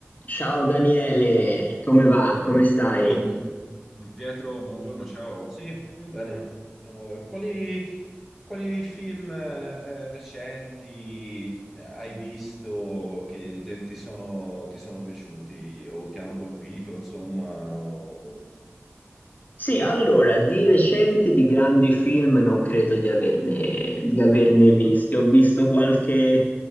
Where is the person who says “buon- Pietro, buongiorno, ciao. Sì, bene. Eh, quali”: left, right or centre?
Centre